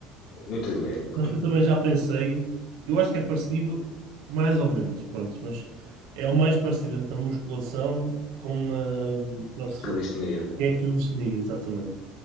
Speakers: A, on the left; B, on the right.
A: muito dinheiro.
B: Acho que eu também já pensei, eu acho que é parecido, mais ou menos, pronto, mas é o mais parecido entre a musculação com a CrossFit.
A: Calistenia.
B: Que é que eu definia, exatamente.